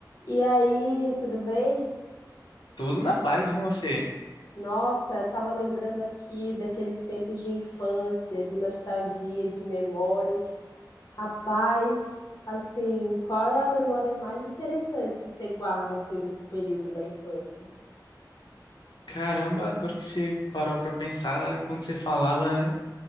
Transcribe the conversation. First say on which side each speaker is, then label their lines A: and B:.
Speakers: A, on the left (about 55°); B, on the left (about 85°).
A: E aí, tudo bem?
B: Tudo na paz e com você.
A: Nossa, tava lembrando aqui daqueles tempos de infância, de nostalgia, de memórias. Rapaz, assim, qual é a memória mais interessante que você guarda assim desse período da infância?
B: Caramba, agora que você parou pra pensar, enquanto você falava, né,